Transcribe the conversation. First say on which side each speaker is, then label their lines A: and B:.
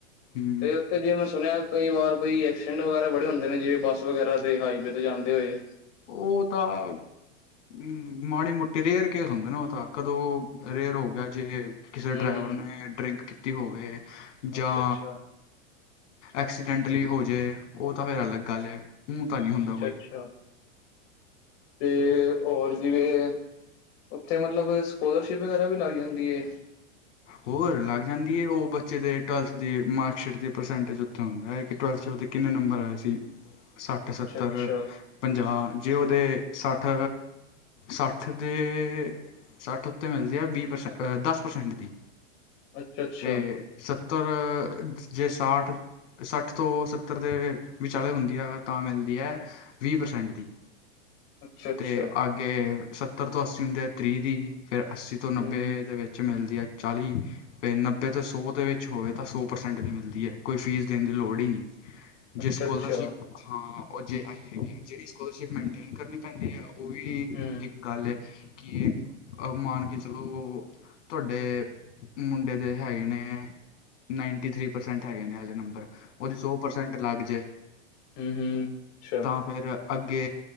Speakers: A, on the left; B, on the left.
A: ਹਮ
B: ਤੇ ਤੇ ਜੇ ਮੈਂ ਸੁਣਿਆ ਕਈ ਵਾਰ ਬਈ ਐਕਸੀਡੈਂਟ ਵਗੈਰਾ ਬੜੇ ਹੁੰਦੇ ਨੇ। ਜਿਵੇ ਬੱਸ ਵਗੈਰਾ ਤੇ ਹਾਈਵੇ ਤੇ ਜਾਂਦੇ ਹੋਏ।
A: ਉਹ ਤਾਂ। ਹਮ ਮਾੜੀ ਮੋਟੀ ਰੇਅਰ ਕੇਸ ਹੁੰਦੇ ਨਾ। ਉਹ ਤਾਂ ਕਦੋਂ ਰੇਅਰ ਹੋ ਗਿਆ ਜੇ ਕਿਸੇ
B: ਹੂੰ,
A: ਡਰਾਈਵਰ
B: ਹੂੰ, ਹੂੰ।
A: ਨੇ ਡਰਿੰਕ ਕੀਤੀ ਹੋਵੇ ਜਾਂ।
B: ਅੱਛਾ-ਅੱਛਾ,
A: ਐਕਸੀਡੈਂਟਲੀ ਹੋ ਜੇ ਉਹ ਤਾਂ ਫਿਰ ਅਲੱਗ ਗੱਲ ਏ। ਊਂ ਤਾਂ ਨਹੀਂ ਹੁੰਦਾ
B: ਅੱਛਾ-ਅੱਛਾ,
A: ਕੋਈ
B: ਤੇ ਔਰ ਵੀਰੇ। ਉੱਥੇ ਮਤਲਬ ਸਕੋਲਰਸ਼ਿਪ ਵਗੈਰਾ ਵੀ ਲੱਗ ਜਾਂਦੀ ਏ।
A: ਹੋਰ ਲੱਗ ਜਾਂਦੀ ਹੈ ਉਹ ਬੱਚੇ ਦੇ ਟਵੈਲਥ ਦੀ ਮਾਰਕਸ਼ੀਟ ਦੀ ਪਰਸੈਂਟੇਜ ਉੱਥੇ ਹੁੰਦਾ ਹੈ ਕਿ ਟੁਵੈਲਥ ਚ ਉਹਦੇ ਕਿੰਨੇ ਨੰਬਰ ਆਏ ਸੀ?
B: <inaudible>
A: ਸੱਠ, ਸੱਤਰ,
B: ਅੱਛਾ-ਅੱਛਾ,
A: ਪੰਜਾਹ ਜੇ ਉਹਦੇ ਸੱਠ ਸੱਠ ਦੇ ਸੱਠ ਉੱਤੇ ਮਿਲਦੇ ਆ ਵੀਹ ਪ੍ਰਸੈਂਹ ਦਸ ਪ੍ਰਸੈਂਟ ਦੀ,
B: ਅੱਛਾ-ਅੱਛਾ,
A: ਤੇ ਸੱਤਰ ਜੇ ਸਾਠ ਦੀ ਸੱਠ ਤੋਂ ਸੱਤਰ ਦੇ ਵਿਚਾਲੇ ਹੁੰਦੀ ਹੈ ਤਾਂ ਮਿਲਦੀ ਐ। ਵੀਹ ਪ੍ਰਸੈਂਟ ਦੀ।
B: ਅੱਛਾ-ਅੱਛਾ,
A: ਤੇ ਅੱਗੇ ਸੱਤਰ ਤੋਂ ਅੱਸੀ ਹੁੰਦੇ ਆ ਤ੍ਰੀਹ ਦੀ ਫੇਰ ਅੱਸੀ ਤੋਂ ਨੱਬੇ
B: ਹੂੰ,
A: ਦੇ ਵਿੱਚ ਮਿਲਦੀ ਹੈ ਚਾਲੀ ਫਿਰ ਨੱਬੇ ਤੇ ਸੌ ਦੇ ਵਿੱਚ ਹੋਵੇ ਤਾਂ ਸੌ ਪ੍ਰਸੈਂਟ ਦੀ ਮਿਲਦੀ ਹੈ ਕੋਈ ਫੀਸ ਦੇਣ ਦੀ ਲੋੜ ਈ ਨੀ।
B: ਅੱਛਾ-ਅੱਛਾ,
A: ਜੇ ਸਕੋਲਰਸ਼ਿਪ ਹਾਂ ਜੇ ਆਹੀ ਹੈਗੀ ਆ ਜਿਹੜੀ ਸਕੋਲਰਸ਼ਿਪ ਮੇਨਟੇਨ ਕਰਨੀ ਪੈਂਦੀ ਆ ਉਹ ਵੀ
B: ਹੂੰ।
A: ਇੱਕ ਗੱਲ ਹੈ ਕਿ ਮਾਨ ਕੇ ਚਲੋ। ਤੁਹਾਡੇ ਮੁੰਡੇ ਦੇ ਹੈਗੇ ਨੇ ਨਾਈਨਟੀ ਥ੍ਰਰੀ ਪਰਸੈਂਟ ਹੈਗੇ ਨੇਲੇ ਨੰਬਰ ਉਹਦੀ ਸੌ ਪਰਸੈਂਟ ਲੱਗ ਜਾਏ।
B: ਹਮ -ਹਮ, ਅੱਛਾ
A: ਤਾਂ ਫਿਰ ਅੱਗੇ